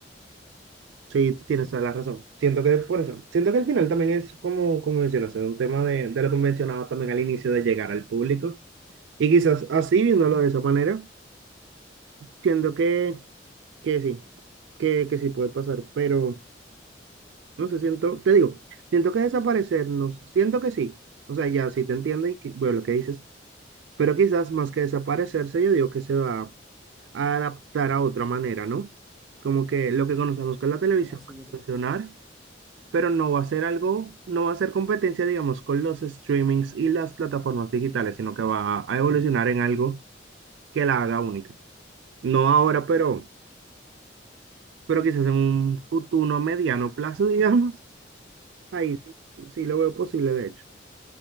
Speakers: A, on the right (about 75°); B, in the centre.
A: sí, tienes toda la razón. Siento que por eso, siento que al final también es como, como mencionas, es un tema de, de lo que mencionaba también al inicio de llegar al público. Y quizás así, viéndolo de esa manera, siento que que sí, que, que sí puede pasar, pero no sé, siento, te digo, siento que desaparecernos, siento que sí, o sea, ya sí te entiendo y que- bueno, lo que dices, pero quizás más que desaparecerse, yo digo que se va a adaptar a otra manera, ¿no? Como que lo que conocemos con la televisión
B: No más seguro.
A: va a evolucionar, pero no va a ser algo, no va a ser competencia, digamos, con los streamings y las plataformas digitales, sino que va a evolucionar en algo que la haga única. No ahora, pero pero quizás en un futuro mediano plazo, <laughs> digamos, Ahí sí, sí lo veo posible, de hecho.